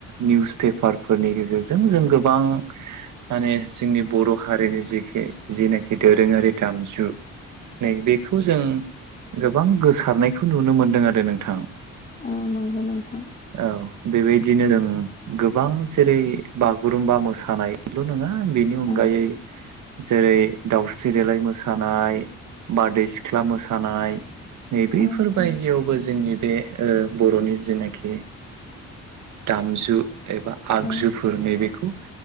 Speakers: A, on the right; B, on the left.
A: निउस पेपारफोरनि गेजेरजों जों गोबां माने जोंनि बर' हारिनि जिखि जेनाखि दोरोङारि दामजु नै बेखौ जों गोबां गोसारनायखौ नुनो मोनदों आरो नोंथां।
B: औ नंगौ नोंथां
A: औ बेबायदिनो जों गोबां जेरै बागुरुम्बा मोसानायल' नङा बेनि अनगायै
B: औ
A: जेरै दाउस्रि देलाय मोसानाय बारदै सिख्ला मोसानाय नैबेफोरबायदियावबो
B: औ
A: जोंनि बे ओ बर'नि जेनाखि दामजु एबा आगजुफोर
B: औ
A: नैबेखौ